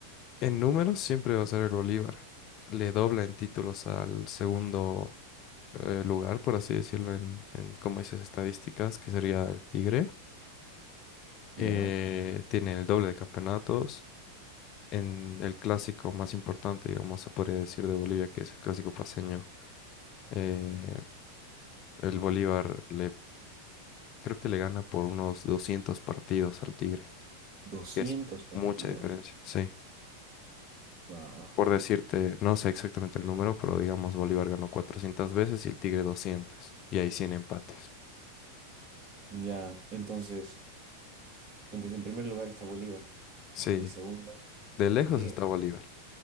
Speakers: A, on the left; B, on the right.
A: en números siempre va a ser el Bolívar. Le dobla en títulos al segundo eh, lugar, por así decirlo, en, en como dices, estadísticas, que sería el Tigre. eh,
B: Ya,
A: tiene el doble de campeonatos. En el clásico más importante, digamos, se podría decir de Bolivia, que es el clásico paceño, eh, el Bolívar le, creo que le gana por unos 200 partidos al Tigre,
B: 200
A: que es
B: partidos.
A: mucha diferencia, sí.
B: Wow.
A: Por decirte, no sé exactamente el número, pero digamos, Bolívar ganó 400 veces y el Tigre 200, y hay 100 empates.
B: Ya, entonces, entonces en primer lugar está Bolívar,
A: Sí,
B: en segundo
A: de lejos
B: el Tigre.
A: está Bolívar.